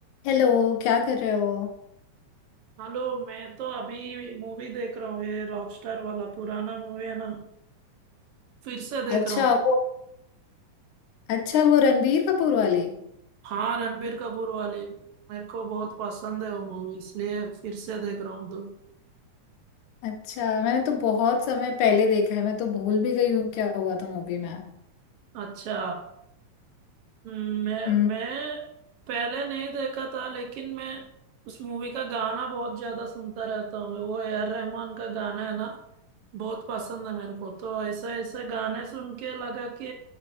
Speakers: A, on the left (about 85°); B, on the right (about 75°).
A: Hello क्या कर रहे हो
B: Hello मैं तो अभी मूवी देख रहा हूँ ये रॉकस्टार वाला पुराना मूवी है ना फिर से देख
A: अच्छा
B: रहा हूँ
A: वो अच्छा वो रणबीर कपूर वाली
B: हाँ रणबीर कपूर वाली मेरे को बहुत पसंद है वो मूवी इसलिए फिर से देख रहा हूँ तो
A: अच्छा मैंने तो बहुत समय पहले देखा है मैं तो भूल भी गई हूँ क्या हुआ था मूवी में
B: अच्छा हम्म, मैं
A: हम्म,
B: मैं पहले नहीं देखा था लेकिन मैं उस मूवी का गाना बहुत ज्यादा सुनता रहता हूँ वो ए आर रहमान का गाना है ना बहुत पसंद है मेरे को तो ऐसे ऐसे गाने सुन के लगा कि